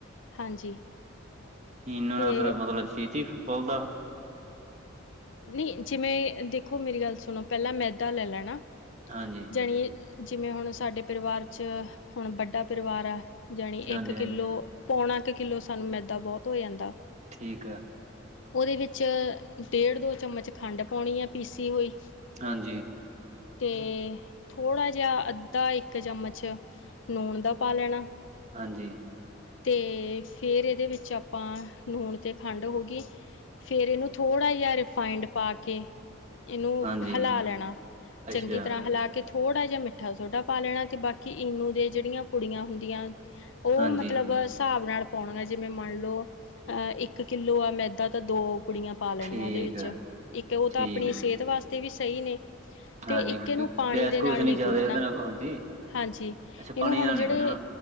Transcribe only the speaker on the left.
ਹਾਂਜੀ।
ਤੇ
ਨਹੀਂ ਜਿਵੇਂ ਦੇਖੋ, ਮੇਰੀ ਗੱਲ ਸੁਣੋ ਪਹਿਲਾਂ ਮੈਦਾ ਲੈ ਲੈਣਾ।
ਜਾਣੀ ਜਿਵੇਂ ਹੁਣ ਸਾਡੇ ਪਰਿਵਾਰ ਚ ਹੁਣ ਵੱਡਾ ਪਰਿਵਾਰ ਹੈ। ਜਾਣੀ
ਇੱਕ ਕਿੱਲੋ
ਪੌਣਾ ਕੁ ਕਿੱਲੋ ਸਾਨੂੰ ਮੈਦਾ ਬਹੁਤ ਹੋ ਜਾਂਦਾ।
ਉਹਦੇ ਵਿੱਚ ਡੇਢ ਦੋ ਚਮਚ ਖੰਡ ਪਾਉਣੀ ਹੈ। ਪੀਸੀ ਹੋਈ।
ਤੇ ਥੋੜ੍ਹਾ ਜਿਹਾ ਅੱਧਾ ਇੱਕ ਚਮਚ ਨੂਣ ਦਾ ਪਾ ਲੈਣਾ।
ਅਤੇ ਫਿਰ ਇਹਦੇ ਵਿੱਚ ਆਪਾਂ ਲੂਣ ਅਤੇ ਖੰਡ ਹੋ ਗਈ। ਫਿਰ ਇਹਨੂੰ ਥੋੜ੍ਹਾ ਜਿਹਾ ਰਿਫਾਇੰਡ ਪਾ ਕੇ ਇਹਨੂੰ
ਹਿਲਾ ਲੈਣਾ, ਚੰਗੀ
ਤਰ੍ਹਾਂ ਹਿਲਾ ਕੇ ਥੋੜ੍ਹਾ ਜਿਹਾ ਮਿੱਠਾ ਸੋਡਾ ਪਾ ਲੈਣਾ, ਤੇ ਬਾਕੀ ਈਨੂੰ ਦੇ ਜਿਹੜੀਆਂ ਪੁੜੀਆਂ ਹੁੰਦੀਆਂ ਉਹ
ਮਤਲਬ ਹਿਸਾਬ ਨਾਲ ਪਾਉਣੀਆ, ਜਿਵੇਂ ਮੰਨ ਲਓ ਅਹ ਇੱਕ ਕਿੱਲੋ ਆ ਮੈਂਦਾਂ ਤਾਂ ਦੋ ਪੁੜੀਆਂ ਪਾ ਲੈਣੀਆਂ,
ਉਹਦੇ ਵਿੱਚ
ਇੱਕ ਉਹ ਤਾਂ
ਆਪਣੀ
ਸਿਹਤ ਵਾਸਤੇ ਵੀ ਸਹੀ ਨੇ। ਤੇ
ਇੱਕ ਏਨੂੰ ਪਾਣੀ
ਦੇ
ਨਾਲ
ਨਹੀ
ਗੁਨਣਾ।
ਹਾਂਜੀ,
ਇਹਨੂੰ
ਹੁਣ
ਜਿਹੜੇ